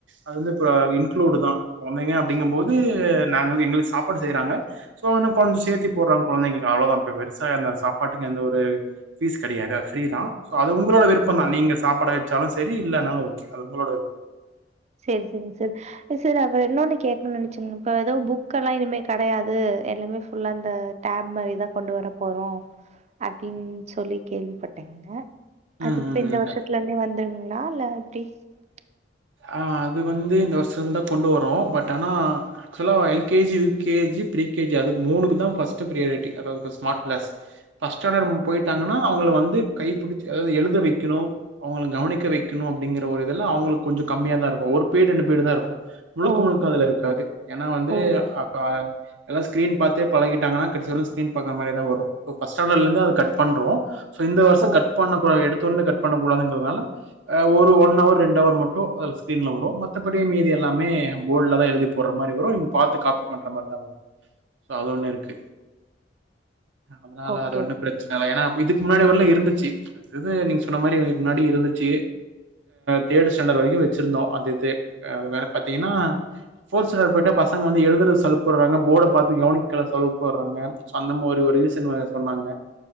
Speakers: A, on the right (about 75°); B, on the right (about 35°).
A: அது வந்து தான் குழந்தைங்க அப்படிங்க போது எங்களுக்கு சாப்பாடு செய்றாங்க சோ அவன்னும் கொஞ்சம் சேரத்தி போடுறாங்க குழந்தைங்களுக்கு அவ்வளவுதான் பெருசா அந்த சாப்பாட்டுக்கு எந்த ஒரு பீஸ் கிடையாது பிரீ தான் அது உங்களோட விருப்பம் தான் நீங்க சாப்பாடை வச்சாலும் சரி இல்லலைனாலும் ஓகே அது உங்களோட விருப்பம்
B: சரி சரிங்க சரி சார் அவர் என்னொன்னு கேக்கனும் நினைச்சுங்க இப்ப ஏதோ புக் எல்லாம் இனிமே கிடையாது எல்லாமே புல்லா இந்த டேப் மாதிரிதான் கொண்டு வர போறோம் அப்படின்னு சொல்லி கேள்விப்பட்டேங்க
A: ம்
B: அதுப்ப
A: ம்
B: இந்த
A: ம்.
B: வருஷத்துல இருந்தே வந்துருங்களா இல்ல <unintelligible>
A: ஆ அது வந்து இந்த வருஷம் இருந்தான் கொண்டு வரும்ஓம் பட் ஆனால் ஆக்சுவலாக எல்கேஜி யூகேஜி பிரிகேஜி அதுக்கு மூணுக்கு தான் ஃபர்ஸ்ட்டு ப்ரியாரிட்டி அதாவது ஸ்மார்ட் கிளாஸ் பஃர்ஸ்ட்ஸாண்டர்ட போயிட்டாங்கன்னா அவங்ள வந்து கைப்பிடிச்சி அதாவது எழுத வைக்கணும் அவங்களை கவனிக்க வைக்கணும் அப்படிங்கிற ஒரு இதல்ல அவங்களுக்கு கொஞ்சம் கம்மியா தான் இருக்கும் ஒரு பீடு ரெண்டு பீடு தான் இருக்கும் முழுக்க
B: ஓ
A: முழுக்க அதுல இருக்காது ஏன்னா வந்து
B: ஓ
A: அ எல்லாம்ஸ்கிரீன் பார்த்த பழகிட்டாங்கன்னா கிச்ச ஸ்கீ பாற மாதிரத வரும் பஸாண்ட்டல இருந்து அது கட் பண்றம் இந்த வருஷம்
B: ஓ
A: கட் பண்ண குட எடுத்து தொண்ட கட் பண்ணக்கூடாதுங்கனால ஒரு ஒன் அவர் ரெண்டுடவர் மட்டும் அதுல ஸ்கிரீன்ல வரும் மத்தபடிய மீதி எல்லாமே போர்ட்லதான் எழுதி போடுற மாதிரி வரும் இவங்க பாார்த்து காப்பி பண்ற மாதிரிதான் வரும் சோ அது ஒண்ணு இருக்கு அதனால
B: ஓகே
A: அது ஒண்ணும் பிரச்சனை இல்லை ஏன்னா இதுக்கு முன்னாடி வர இருந்துச்சு அ நீங்க சொன்ன மாதிரி முன்னாடி இருந்துச்சு தேட் ஸ்ண்ட வரைக்கும் வச்சு இருந்தோ அது இது பாத்தீங்கனா ஃபொர்த் செண்டர் போய்டா பசங்க வந்து எழுதுறதுக்கு சலுப் படுறாங்க போட பாத்து கவனிக்கிறதுல சல்ப் படுறாங்க சோ அந்த மாதிரி அப்படினு சொன்னாங்க